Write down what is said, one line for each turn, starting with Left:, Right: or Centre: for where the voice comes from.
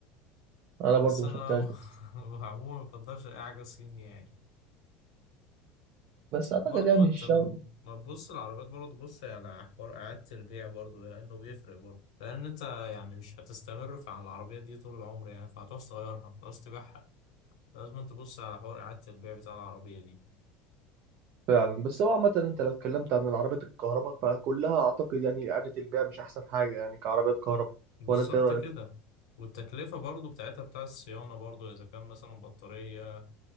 Right: أنا
Left: بس
Right: برضو ما
Left: أنا
Right: شفتهاش
Left: <laughs>
Right: بس
Left: م- عموما ما بفضلش أي حاجة صيني يعني
Right: بس أعتقد
Left: برضو
Right: يعني
Left: أنت
Right: الشاومي
Left: م- ما تبص العربيات برضو بص على حوار إعادة البيع برضو لأنه بيفرق برضو لأن أنت يعني مش هتستمر في على العربية دي طول العمر يعني فهتعوز تغيرها هتعوز تبيعها لازم تبص على حوار إعادة البيع بتاع العربية دي
Right: فعلا بس هو عامة انت لو اتكلمت عن العربيات الكهرباء فكلها اعتقد يعني اعادة البيع مش احسن حاجة يعني كعربيات كهرباء
Left: بالظبط
Right: ولا انت ايه رأيك؟
Left: كده والتكلفة برضو بتاعتها بتاع الصيانة برضو إذا كان مثلا بطارية